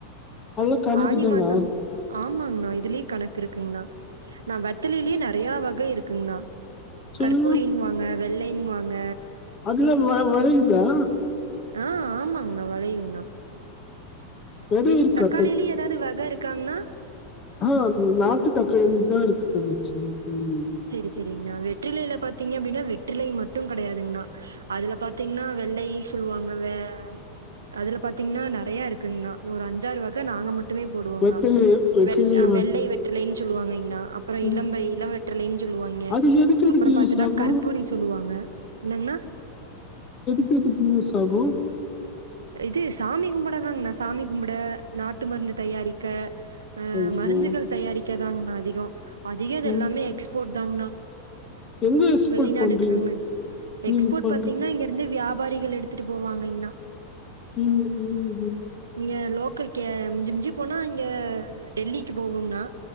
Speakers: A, on the left; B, on the right.
A: அதெல்லா கணக்கு
B: ஆடி
A: தானா
B: மாசம் ஆமாங்ண்ணா இதுலயே கணக்கு இருக்குங்ண்ணா நா வெத்தலிலயே நெறையா வகை இருக்குங்ண்ணா
A: சொல்லுங்க
B: கற்பூரின்வாங்க வெள்ளைன்வாங்க
A: அதுல்லா வ வய்ள்தா
B: ஆ ஆமாங்க வெளயுங்தா
A: வெத இருக்கா
B: தக்காளிலி எதாவ்து வக இருக்காங்ண்ணா
A: அ நாட்டு தக்காளி தா இருக்கு தங்கச்சி <unintelligible>
B: சரி சரிங்ண்ணா வெற்றிலையில பாத்தீங்க அப்டின்னா வெற்றிலை மட்டு கெடயாதுங்ண்ணா அதுல பாத்தீங்ன்னா வெள்ளை சொல்லுவாங்க வெ அதுல பாத்தீங்ன்னா நறைய இருக்குங்ண்ணா ஒரு அஞ்சாறு வக நாங்க மட் டுமே போடுவோங்ண்ணா
A: வெத்தலைய வெத்தலைய
B: வெ
A: வ ம் வெத்தலையே
B: வெள்ளை வெற்றிலைன் சொல்லுவாங்கைங்ண்ணா அப்புறோ
A: வெட்டிலேயே
B: இளம்பை இள வெற்றிலை சொல்லுவாங்க
A: அது எதுக்கு எதுக்கு
B: அப்புறோ
A: யூஸ்
B: பாத்தன்னா
A: ஆகு
B: கற்பூரி சொல்லுவாங்க என்னங்ண்ணா
A: பூத்த பூவா சகோ
B: இது சாமி கும்படதாங்ண்ணா சாமி கும்பட நாட்டு மருந்து தயாரிக்க அ
A: ஓஹோ
B: மருந்துகள் தயாரிக்க தாங்ண்ணா அதிகோ அதிகோ இது
A: ம்
B: எல்லாமே எக்ஸ்போர்ட் தாங்ண்ணா
A: எங்க எக்ஸ்போர்ட்
B: வெளிநாடுக்குதாங்ண்ணா
A: பண்றீங்க
B: எக்ஸ்போர்ட்
A: நீங்க பண்ற
B: பாத்தீங்ன்னா இங்கிருந்து வியாபாரிகள் எடுத் த்துட்டு போவாங்கைங்ண்ணா
A: ம் ம் ம்
B: இங்க லோக்கல்க்கே மிஞ்சு மிஞ்சு போனா இங்க டெல்லிக்கு போகுங்ண்ணா